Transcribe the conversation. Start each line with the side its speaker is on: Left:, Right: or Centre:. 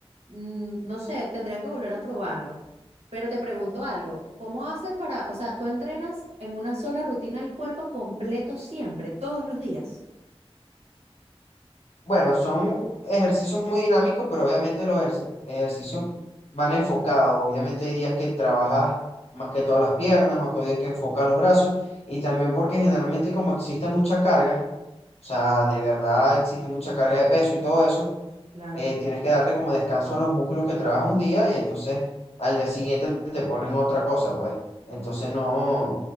Right: Mm, No sé, tendría que volver a probarlo. Pero te pregunto algo, ¿cómo haces para, o sea, tú entrenas en una sola rutina el cuerpo completo siempre, todos los días?
Left: Bueno, son ejercicios muy dinámicos, pero obviamente los ejerci- ejercicios van enfocados. Obviamente hay días que trabajas más que todas las piernas, otros días que enfocas los brazos, y también porque generalmente como existe mucha carga, o sea, de verdad existe mucha carga de peso y todo eso,
Right: Claro.
Left: eh, tienes que darle como descanso a los músculos que trabajas un día y entonces al día siguiente te ponen otra cosa, pues. Entonces no,